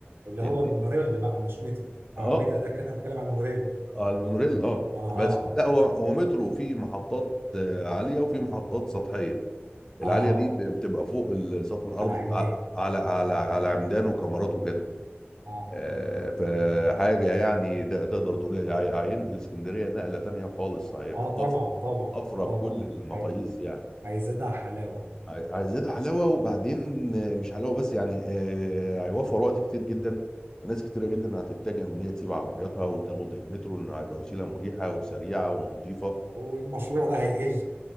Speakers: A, on the right (about 65°); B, on the left (about 15°).
A: اللي
B: لان
A: هو المونوريل بقى مش مترو
B: اه
A: أعمدة ده كده نتكلم عن المونوريل
B: اه المونوريل اه
A: أها
B: بس
A: أها
B: لا هو هو مترو فيه محطات آه، عاليه وفيه محطات سطحيه العاليه
A: أها
B: دي ب- بتبقى فوق ال- سطح الارض
A: على عندنا
B: ع- على على على عمدان وكاميرات وكده
A: أه
B: آه، فحاجه يعني ت- تقدر تقول إيه، هي- هينقل اسكندريه نقله تانيه خالص هيبقى
A: أه طبعا
B: طفره
A: طبعا
B: طفره
A: طبعا
B: بكل المقاييس
A: هي-
B: يعني
A: هيزيدها حلاوة
B: عاي- عايزاه حلاوه وبعدين آه، مش حلاوه بس يعني آه، هيوفر وقت كتير جدا وناس كتيره جدا هتتجه من هي تسيب عربياتها وتاخد المترو لانه هيبقى وسيله مريحه وسريعه ونظيفه
A: والمشروع ده هيقل